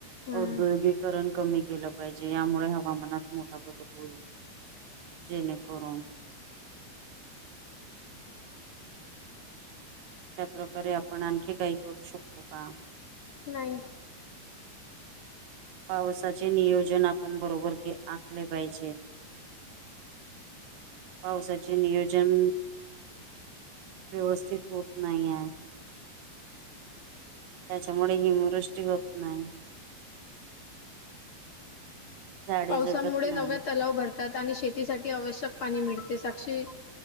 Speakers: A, on the left (about 60°); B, on the right (about 70°).
A: हम्म
B: औद्योगिककरण कमी केलं पाहिजे यामुळे हवामानात मोठा बदल होईल जेणेकरून अशा प्र्रकारे आपण आणखी काई करू शकतो का
A: नाही
B: पावसाचे नियोजन आपण बरोबर के आखले पाहिजे पावसाचे नियोजन व्यवस्थित होत नाही आहे त्याच्यामुळे हिमवृष्टी होत नाही झाडे
A: पावसामुळे
B: जगत नाही
A: नव्या तलाव भरतात आणि शेतीसाठी आवश्यक पाणी मिळते साक्षी